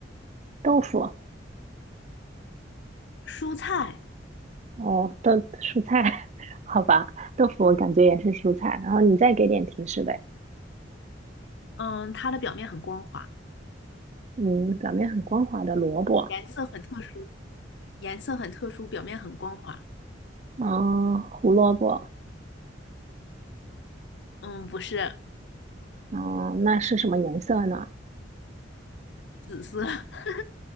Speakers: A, on the right; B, on the left.
A: 豆腐
B: 蔬菜，
A: 哦，豆蔬菜，<laughs> 好吧，豆腐我感觉也是蔬菜。然后你再给点提示呗，
B: 嗯，它的表面很光滑，
A: 嗯，表面很光滑的萝卜，
B: 颜色很特殊，颜色很特殊，表面很光滑。
A: 嗯，胡萝卜，
B: 嗯，不是
A: 嗯，那是什么颜色呢？
B: 紫色，<laughs>